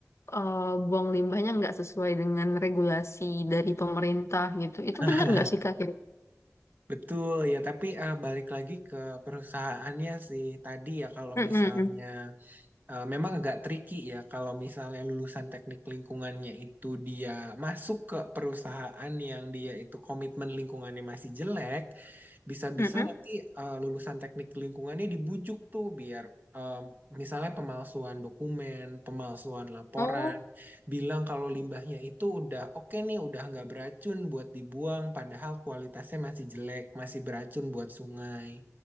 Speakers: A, on the left (about 60°); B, on the right (about 35°).
A: eh, buang limbahnya nggak sesuai dengan regulasi dari pemerintah gitu. Itu
B: <laughs>
A: benar nggak sih Kak?
B: Betul ya, tapi eh, balik lagi ke perusahaannya sih tadi ya kalau
A: Mm-mm,
B: misalnya eh, memang agak tricky ya kalau misalnya lulusan teknik lingkungannya itu dia masuk ke perusahaan yang dia itu komitmen lingkungannya masih jelek, Bisa-bisa
A: mm-mm.
B: nanti eh, lulusan teknik lingkungannya dibujuk tuh biar eh, misalnya pemalsuan dokumen, pemalsuan laporan,
A: Oh,
B: bilang kalau limbahnya itu udah oke nih, udah nggak beracun buat dibuang, padahal kualitasnya masih jelek, masih beracun buat sungai.